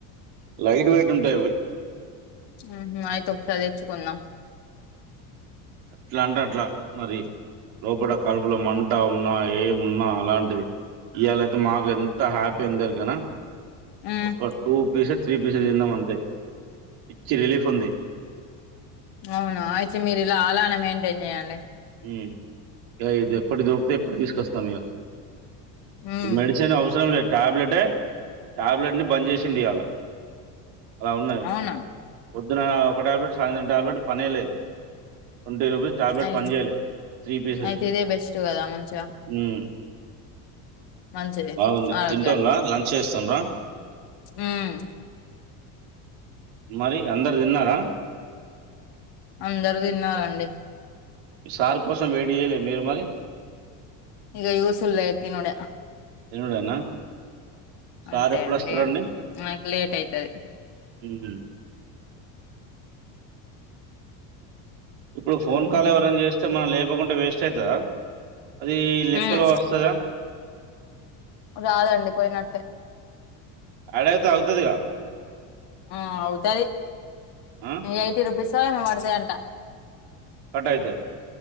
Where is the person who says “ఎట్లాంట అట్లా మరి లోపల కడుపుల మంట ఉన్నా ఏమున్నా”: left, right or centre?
Right